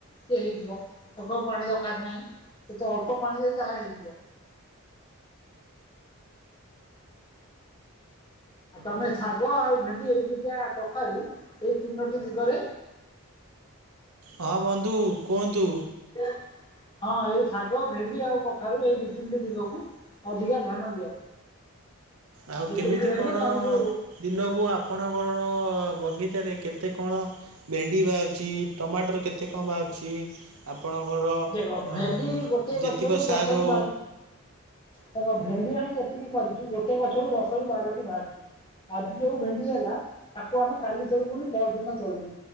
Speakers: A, on the left (about 20°); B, on the right (about 80°).
A: ସେଏ ହେଇଯିବ ।ତାକୁ ପାଣି ଦରକାର ନାହିଁ। ସେତ ଅଳ୍ପ ପାଣିରେ ତାହା ହେଇଯିବ। ଆ ତମେ ଶାଗ ଆଉ ଭେଣ୍ଡି ଏଇ ଦିଟା କଖାରୁ ଏଇ ତିନୋଟି ଦିଗରେ
B: ହଁ ବନ୍ଧୁ କୁହନ୍ତୁ।
A: <inaudible> ହଁ ଏଇ ଶାଗ ଭେଣ୍ଡି ଆଉ କଖାରୁ ଏଇ ଦି ତିନିଟି ଦିଗକୁ ଅଧିକା ଧ୍ୟାନ ଦିଅ।
B: ଆଉ
A: ଏଇ
B: କେମିତି
A: ତିନିଟି ହେଲେ
B: କଣ
A: ତମକୁ ହୁଁ
B: ଦିନକୁ ଆପଣଙ୍କର ର ବଗିଚାରେ କେତେ କଣ ଭେଣ୍ଡି ବାହାରୁଛି। ଟମାଟର କେତେ କଣ ବାହାରୁଛି। ଆପଣଙ୍କର
A: ଦେଖ
B: ଅ
A: ଭେଣ୍ଡି ଗୋଟିଏ
B: ଯେତିକ
A: ଗଛରୁ
B: ସାରୁ
A: ଦଶରୁ ବାର ଦେଖ ଭେଣ୍ଡି ଆମେ ଯେତିକି କରିଛୁ ଗୋଟେ ଗଛରୁ ଦଶରୁ ବାରଟି ବାହାରୁଛି ।ଆଜି ଯୋଉ ଭେଣ୍ଡି ହେଲା ତାକୁ ଆମେ କାଲି ତୋଳିବୁନି ପହର ଦିନ ତୋଳିବୁ।